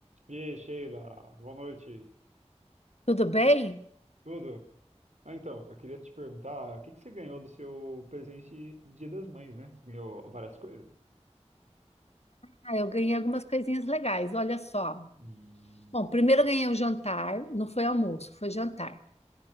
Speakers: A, on the right; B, on the left.
A: E aí, Sheila, boa noite.
B: Tudo bem?
A: Tudo? Ah, então, eu queria te perguntar, o que que você ganhou do seu presente de Dia das Mães, né? Você ganhou várias coisas?
B: Ah, eu ganhei algumas coisinhas legais, olha só.
A: Hum,
B: Bom, primeiro eu ganhei o jantar, não foi almoço, foi jantar.